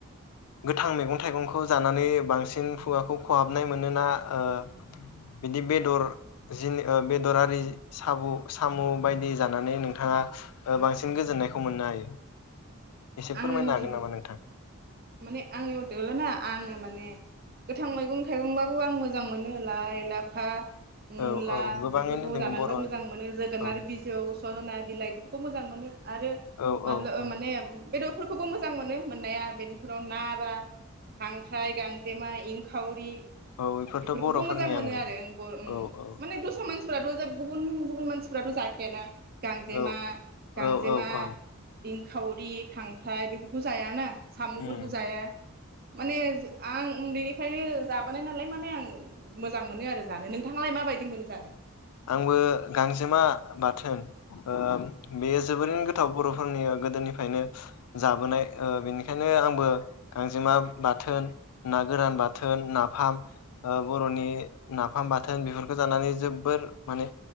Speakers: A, on the left; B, on the right.
A: गोथां मैगं थाइगंखौ जानानै बांसिन खुगाखौ खहाबनाय मोनोना ओ बिदि बेदर जि बेदरारि साबु साम' बायदि जानानै नोंथाङा बांसिन गोजोननायखौ मोननो हायो? एसे
B: आंनि
A: फोरमायनो
B: मथे
A: हागोन नामा नोंथां?
B: माने आंनि मथेबाल' ना आङो माने। गोथां मैगं थाइगंबाबो आं मोजां मोनो लाइ, लाफा, मुला
A: औ औ गोबाङैनो
B: बेफोरखौ
A: दोङो
B: जानानैबो
A: बर' हारि
B: मोजां मोनो जोगोनार
A: औ
B: बिजौ सजना बिलाइफोरखौ मोजां मोनो आरो
A: औ
B: माबला
A: औ
B: ओ
A: औ
B: माने बेदरफोरखौबो मोजां मोनो मोननाया बेनिफोराव ना बा खांख्राइ गांजेमा इंखावरि
A: औ बेफोरथ'
B: बेफोरखौबो
A: बर'फोरनि
B: मोजां मोनो
A: आंगो
B: आरो ओं बर ओं
A: औ औ
B: माने दस्रा मानसि मानसिफफोराथ' गुबुन गुबुन मानसिफोराथ' जाखायाना गांजेमा
A: औ औ
B: गांजेमा
A: औ औ
B: खावरि खांख्राइ बेफोरखौ जायाना साम'फोरखौ
A: उम
B: जाया माने आं उन्दैनिफ्रायनो जाबोनाय नालाय माने आं मोजां मोनो आरो जानो नोंथाङालाय माबायदि मोनो जानो
A: आंबो गांजेमा बाथोन ओ बेयो जोबोरैनो गोथाव बर'फोरनि गोदोनिफायनो जाबोनाय ओ बेनिखायनो आंबो गांजेमा बाथोन ना गोरान बाथोन नाफाम ओ बर'नि नाफाम बाथोन बेफोरखो जानानै जोबोर माने